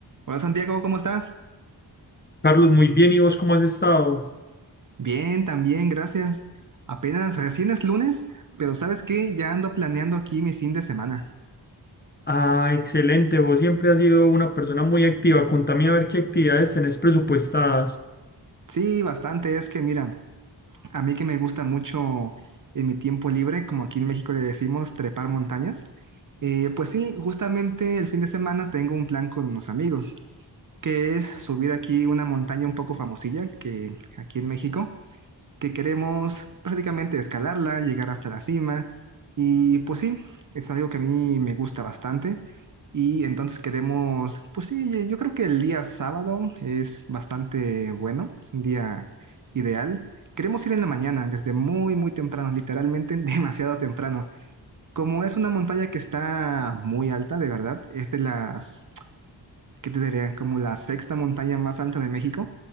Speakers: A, on the right (about 45°); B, on the left (about 25°).
A: Hola Santiago, ¿cómo estás?
B: Carlos, muy bien. ¿Y vos cómo has estado?
A: Bien, también, gracias. Apenas recién es lunes, pero ¿sabes qué? Ya ando planeando aquí mi fin de semana.
B: Ah, excelente. Vos siempre has sido una persona muy activa. Contame a ver qué actividades tenés presupuestadas.
A: Sí, bastante, es que mira, a mí que me gusta mucho en mi tiempo libre, como aquí en México le decimos trepar montañas, eh, pues sí, justamente el fin de semana tengo un plan con unos amigos, que es subir aquí una montaña un poco famosilla, que aquí en México. que queremos prácticamente escalarla, llegar hasta la cima. Y pues sí, es algo que a mí me gusta bastante. Y entonces queremos, pues sí, yo creo que el día sábado es bastante bueno, es un día ideal. Queremos ir en la mañana, desde muy, muy temprano, literalmente <laughs> demasiado temprano. Como es una montaña que está muy alta, de verdad, es de las que te diré? Como la sexta montaña más alta de México.